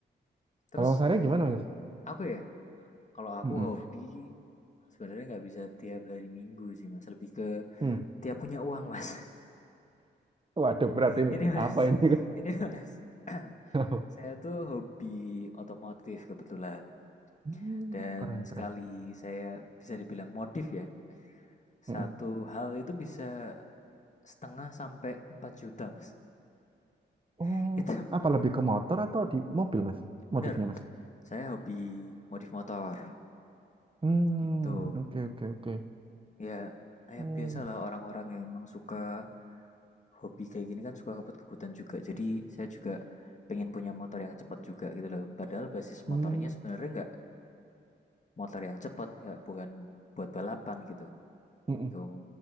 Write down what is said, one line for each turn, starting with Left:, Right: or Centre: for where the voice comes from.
Left: Terus,
Right: kalau Mas Arya gimana
Left: eee,
Right: Mas
Left: aku ya, kalau aku
Right: Mm-mm.
Left: hobi sebenarnya nggak bisa tiap hari Minggu sih, Mas, lebih ke
Right: Hmm.
Left: tiap punya uang, Mas.
Right: Waduh
Left: <laughs>
Right: berat ini
Left: Ini Mas,
Right: apa ini
Left: ini Mas, <clears throat>
Right: <laughs>
Left: saya tuh hobi otomotif kebetulan
Right: Hmm,
Left: dan
Right: keren
Left: sekali
Right: keren.
Left: saya bisa dibilang modif ya,
Right: Mm-mm.
Left: satu hal itu bisa setengah sampai empat juta Mas. <laughs>
Right: Oh,
Left: Itu
Right: apa lebih ke motor atau di mobil mas? Modifnya
Left: bener,
Right: mas?
Left: saya hobi modif motor,
Right: Hmm,
Left: itu
Right: oke oke oke.
Left: Ya, ya
Right: Hmm,
Left: biasalah orang-orang yang emang suka hobi kayak gini kan suka kebut-kebutan juga. Jadi saya juga pengen punya motor yang cepat juga gitu loh. Padahal basis
Right: hmm,
Left: motornya sebenarnya nggak motor yang cepat, nggak bukan buat balapan gitu.
Right: mm-mm,
Left: Gitu.